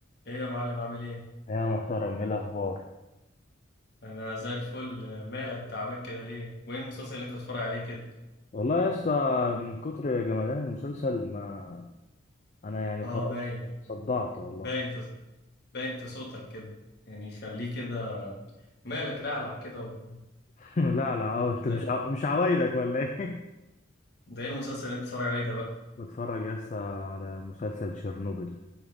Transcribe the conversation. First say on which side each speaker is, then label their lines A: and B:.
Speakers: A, on the left; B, on the left.
A: ايه يا معلم عامل ايه
B: يا محترم ايه الاخبار
A: انا زي الفل مالك تعبان كده ليه وايه المسلسل اللي انت بتتفرج عليه كده
B: والله يا اسطى من كتر جمدان المسلسل ما انا يعني
A: اه
B: خلاص
A: باين
B: صدعت والله
A: باين في باين في صوتك كده يعني خليه كده مالك رعلع كده و...
B: <laughs> لا لا أو انت مش
A: ده
B: عو... مش عوايدك ولا ايه
A: ده ايه المسلسل اللي انت بتتفرج عليه ده بقى
B: <laughs> بتفرج يا اسطى على مسلسل تشيرنوبل